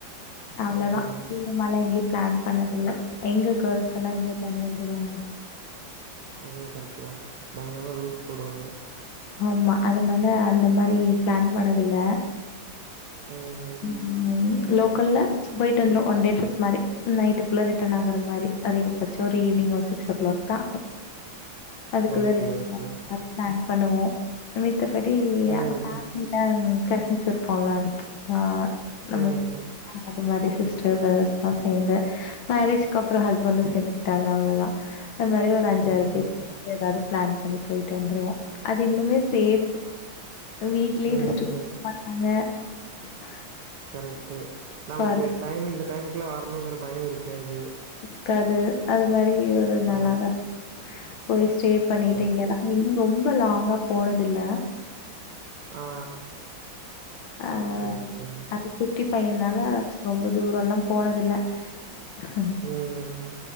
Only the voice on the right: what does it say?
ம்.
அதுவும் கரெக்ட் டுதான் பயிங்கரமா ரூல்ஸ் போடுவாங்க
ம்.
ஓகே,
ஓகே, ஓகே.
ம்.
ம்.
ம்.
ம்.
கரெக்ட்டு நமக்கு
டைம் இந்த டைமுக்குல்லா வரணுங்ற பயோ இருக்காது
ஆ
ஓகே.
ஆ
ஓகே, ஓகேங்க.
ம்.